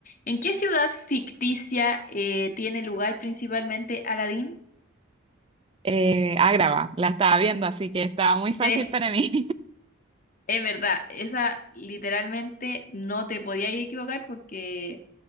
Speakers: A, on the left; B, on the right.
A: ¿En qué ciudad ficticia eh, tiene lugar principalmente Aladdin?
B: Eh, ah, graba, la estaba viendo, así que estaba muy fácil
A: Sí.
B: para mí,
A: Es verdad, esa literalmente no te podías equivocar porque